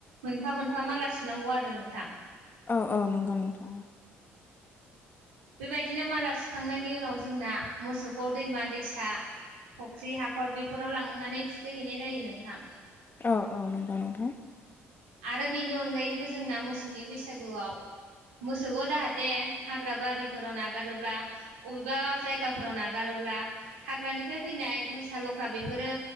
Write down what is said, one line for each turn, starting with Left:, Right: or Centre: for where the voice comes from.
Right: मोनफा मोनफा माला सुनांगौ आरो नोंथां।
Left: औ औ नंगौ नोंथां।
Right: बेबायदिनो माला सुखांनायनि उनाव जोंना मोसौखौ दैमा दैसा फख्रि हाखर बेफोराव लांनानै थुखैहैनाय जायो नोंथां।
Left: औ औ नों। औ नोंथां।
Right: आरो बेनि अनगायैबो जोंना मोसौनि बैसागुआव मोसौखौ जाहाथे हाग्रा बारिफोराव नागारोब्ला अबेबा जायगाफोराव नागारोब्ला हाग्रानिफ्राय फैनाय मोसा लख्रा बेफोरो